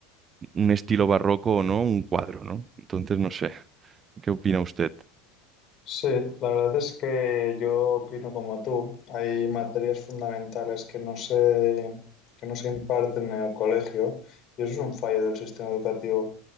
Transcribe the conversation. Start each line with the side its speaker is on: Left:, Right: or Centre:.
Right: un estilo barroco o no, un cuadro, ¿no? Entonces, no sé, ¿qué opina usted?
Left: Sí, la verdad es que yo opino como tú. Hay materias fundamentales que no se, que no se imparten en el colegio y eso es un fallo del sistema educativo.